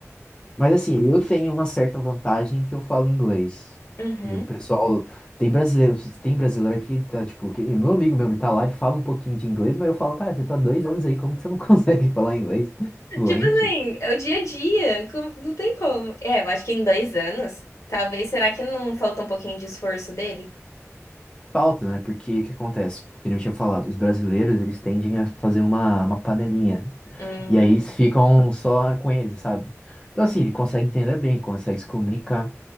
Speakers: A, on the left; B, on the left.
A: Mas assim, eu tenho uma certa vantagem que eu falo inglês.
B: Uhum.
A: E o pessoal. Tem brasileiro, tem brasileiro aqui, tá, tipo, que, nem meu amigo mesmo, ele tá lá, ele fala um pouquinho de inglês, mas eu falo, cara, você tá dois anos aí, como que você não <laughs> consegue falar inglês fluente?
B: Tipo assim, é o dia a dia, como- não tem como. É, eu acho que em dois anos, talvez, será que não falta um pouquinho de esforço dele?
A: Falta, né? Porque o que acontece? Eu não tinha falado, os brasileiros, eles tendem a fazer uma, uma panelinha.
B: Hum,
A: E aí eles ficam só com eles, sabe? Então, assim, ele consegue entender bem, consegue se comunicar,